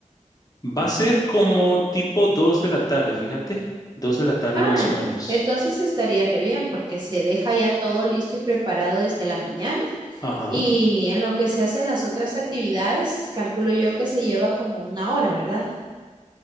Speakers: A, on the left; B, on the right.
A: Va a ser como tipo 2 de la tarde, fíjate. dos de la tarde
B: Ah,
A: más o menos.
B: entonces estaría re bien porque se deja ya todo listo y preparado desde la mañana
A: Ajá,
B: y en lo que se hacen las otras actividades, calculo yo que se lleva como una hora, ¿verdad?